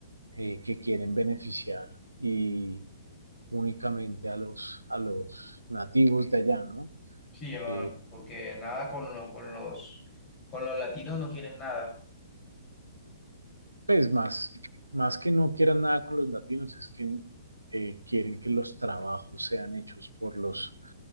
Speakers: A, on the right; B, on the left.
A: eh, que quieren beneficiar y únicamente a los, a los nativos de allá, ¿no?
B: Sí, yo lo-
A: Eh,
B: porque nada con, lo- con los, con los latinos no quieren nada.
A: pues más, más que no quieran nada con los latinos, es que eh, quieren que los trabajos sean hechos por los,